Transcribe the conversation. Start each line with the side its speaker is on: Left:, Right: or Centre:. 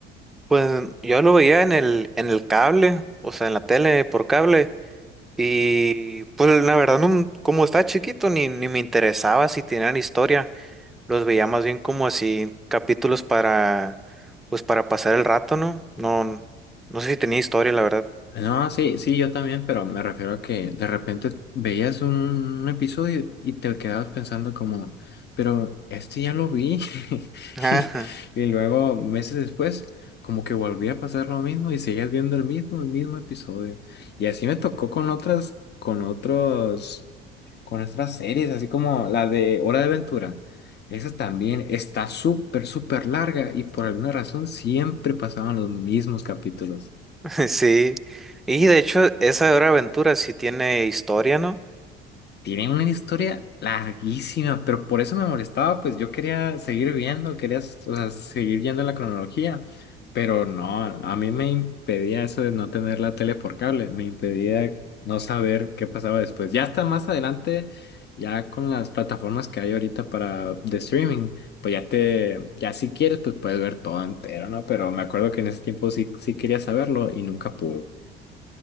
Centre: pues yo lo veía en el, en el cable, o sea, en la tele por cable. Y pues la verdad, no- como estaba chiquito, ni, ni me interesaba si tenían historia. los veía más bien como así capítulos para, pues para pasar el rato, ¿no? No, no sé si tenía historia, la verdad.
Left: No, sí, sí, yo también, pero me refiero a que de repente veías un, episodio y te quedabas pensando como, pero este ya lo vi. <laughs>
Centre: Ajá,
Left: Y luego, meses después, como que volvía a pasar lo mismo y seguías viendo el mismo, el mismo episodio. Y así me tocó con otras, con otros, con otras series, así como la de Hora de Aventura. Esa también está súper, súper larga y por alguna razón siempre pasaban los mismos capítulos.
Centre: <laughs> Sí, y de hecho esa de Hora de Aventura sí tiene historia, ¿no?
Left: Tiene una historia larguísima, pero por eso me molestaba, pues yo quería seguir viendo, quería, o sea, seguir yendo en la cronología, pero no, a mí me impedía eso de no tener la tele por cable, me impedía no saber qué pasaba después. Ya hasta más adelante, ya con las plataformas que hay ahorita para de streaming, pues ya te, ya si quieres, pues puedes ver todo entero, ¿no? Pero me acuerdo que en ese tiempo sí, sí quería saberlo y nunca pude.